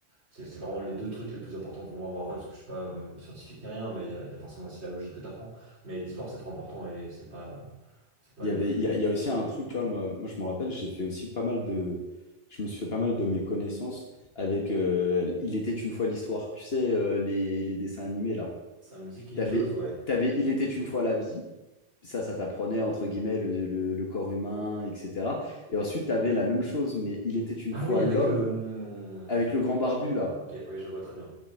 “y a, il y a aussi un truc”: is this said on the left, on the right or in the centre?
Left